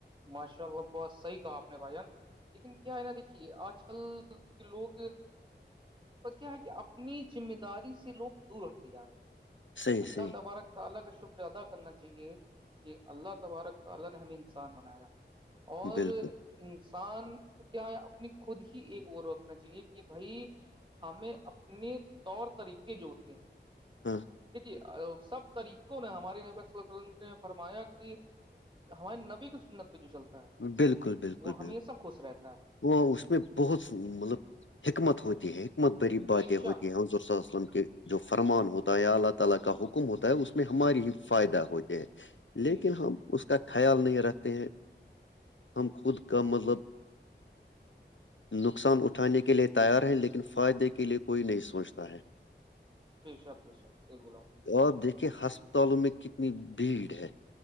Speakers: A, on the right; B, on the left.
A: ماشاءلہ بہت صحی کہا آپ نے بھ جان <unintelligible> لیکن کیا ہے نا دیکھیے آج کل لوگ کیا ہے کہ اپنی ذمہ داری سے لوگ دور ہٹتے جا رہے ہیں
B: صحیح
A: اللہ
B: صحیح
A: تبارک تعالی کا شکر ادا کرنا چاہیے کہ اللہ تبارک تعالی نے ہمیں انسان بنایا اور
B: بالکل
A: انسان کو کیا ہے اپنی خود ہی ایک وہ رکھنا چاہیے کہ بھائی ہمیں اپنے طور طریقے جوتے ہیں
B: ہاں
A: دیکھیے سب طریقوں نے ہمارے فرمایا کہ ہمارے نبی کی سنت پہ جو چلتا ہے
B: بالکل بالکل بالکل
A: وہ ہمیشہ سب خوش رہتا ہے
B: وہ اس میں بہت مطلب حکمت ہوتی ہے متبری باتیں
A: بے شک
B: ہوتی ہیں حضر ص وسلم کے <unintelligible> جو فرمان ہوتا ہے یا اللہ تعالی کا حکم ہوتا ہے اس میں ہماری ہی فائدہ ہو لیکن
A: بے شک
B: ہم اس کا خیال نہیں رکھتے ہیں ہم خود کا مطلب نقصان اٹھانے کے لیے تیار ہے لیکن فائدے کے لیئے کوئی نہیں سوچتا ہے
A: بے شک بے شک صحیح بولا آپ نے
B: اور دیکھیے ہسپتالوں میں کتنی بھیڑ ہے